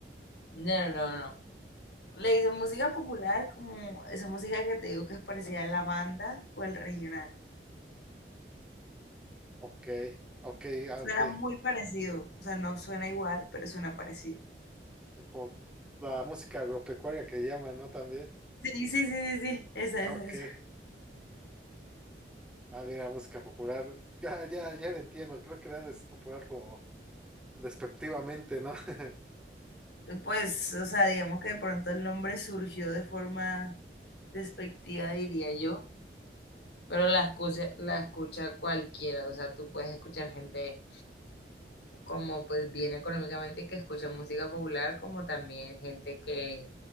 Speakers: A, on the left; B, in the centre.
A: no, no, no. no. Le dicen música popular como esa música que te digo que es parecida a la banda o al regional.
B: Ok, ok, ah,
A: Suena
B: ok.
A: muy parecido. O sea, no suena igual, pero suena parecido.
B: Eh, Como la música agropecuaria que llaman, ¿no? También.
A: Sí, sí, sí, sí, sí. Esa,
B: Ah,
A: esa,
B: Ok.
A: esa.
B: Ah, mira, música popular. Ya, ya, ya lo entiendo. Creo que dan es popular como despectivamente, ¿no? <laughs>
A: Pues, o sea, digamos que de pronto el nombre surgió de forma despectiva, diría yo. Pero la escucha, la escucha cualquiera. O sea, tú puedes escuchar gente como pues bien económicamente y que escuchan música popular, como también gente que